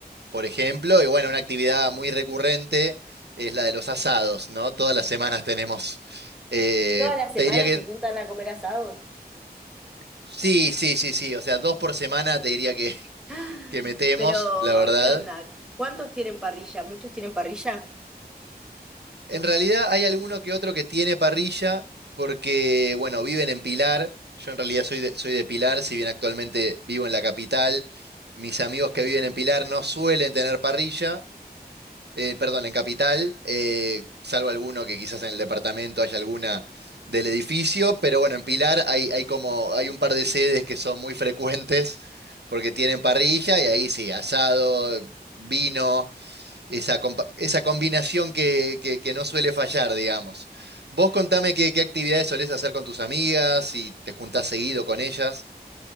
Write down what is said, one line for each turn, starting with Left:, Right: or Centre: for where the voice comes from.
Right: por ejemplo. Y bueno, una actividad muy recurrente es la de los asados, ¿no? Todas las semanas tenemos. eh,
Centre: Todas las semanas
Right: te diría que
Centre: se juntan a comer asados.
Right: sí, sí, sí, sí. O sea, dos por semana te diría que,
Centre: <gasps>
Right: que metemos,
Centre: Pero,
Right: la verdad.
Centre: ¿qué onda? ¿Cuántos tienen parrilla? ¿Muchos tienen parrilla?
Right: En realidad hay alguno que otro que tiene parrilla porque, bueno, viven en Pilar. Yo en realidad soy de, soy de Pilar, si bien actualmente vivo en la capital. Mis amigos que viven en Pilar no suelen tener parrilla, eh, perdón, en capital, eh, salvo alguno que quizás en el departamento haya alguna del edificio, pero bueno, en Pilar hay, hay como, hay un par de sedes que son muy frecuentes porque tienen parrilla y ahí sí, asado, vino esa, compa- esa combinación que, que- que no suele fallar, digamos. Vos contame qué, qué actividades solés hacer con tus amigas, si te juntás seguido con ellas.